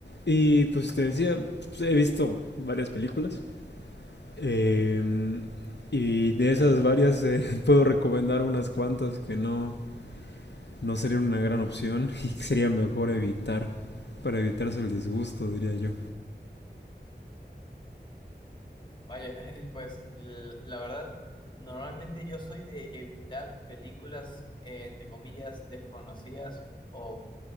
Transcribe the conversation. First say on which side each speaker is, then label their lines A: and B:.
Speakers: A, on the left; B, on the left.
A: Y pues te decía, pues, he visto varias películas. eh, y de esas varias eh, <laughs> puedo recomendar unas cuantas que no, no serían una gran opción <laughs> y que sería mejor evitar. Para evitarse el disgusto, diría yo.
B: Vaya, <laughs> pues l- la verdad, normalmente yo soy de evitar películas, eh, entre comillas, desconocidas o,